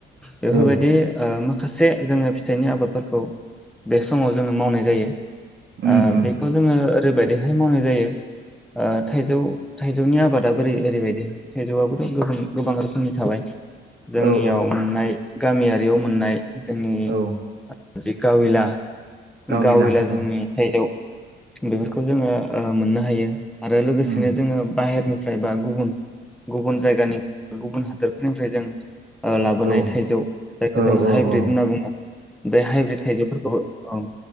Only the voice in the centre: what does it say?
बेफोरबायदि
ओ माखासे जोङो फि फिथाइनि आबादफोरखौ बे समाव जोङो मावनाय जायो।
ओ
बेखौ जोङो ओरैबायदिहाय मावनाय जायो ओ थाइजौ थाइजौनि आबादा जेरै ओरैबायदि थाइजौआबोथ' गोबों गोबां रोखोमनि थाबाय। जोंनियाव
मोननाय। गामियारियाव मोननाय। जोंनि
जि गावैला
गावैला जोंनि
थाइजौ बेफोरखौ जोङो ओ मोननो हायो। आरो लोगोसेनो
जोङो बाहेरनि फ्रायबा गुबुन गुबुन जायगानि गुबुन हादरफोरनिफ्राय जों ओ लाबोनाय
थाइजौ जायखौ
जों
हाइब्रिद
होनना बुङो बे हाइब्रिद थाइजौफोरखौ ओं